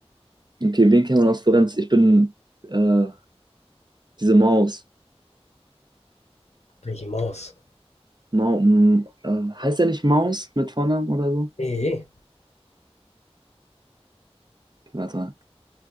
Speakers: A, on the right; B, on the left.
A: Okay, wen kennt man aus Florenz? Ich bin äh, diese Maus.
B: Micky Maus.
A: Mau m- äh, heißt er nicht Maus mit Vornamen oder so?
B: Ne.
A: Okay, warte mal.